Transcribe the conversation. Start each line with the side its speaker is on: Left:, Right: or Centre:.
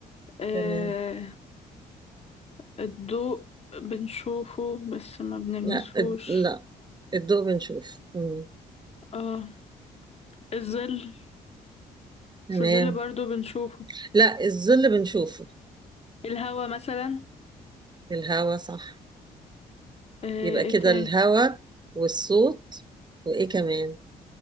Left: آه،
Right: تمام
Left: الضوء بنشوفه بس ما بنلمسهوش
Right: لا الد- لا الضوء بنشوف مم.
Left: اه الظل
Right: تمام
Left: بس الظل برضو بنشوفه
Right: لا الظل بنشوفه
Left: الهوا مثلا
Right: الهوا صح
Left: آه،
Right: يبقى
Left: ايه
Right: كده
Left: تاني
Right: الهوا والصوت وإيه كمان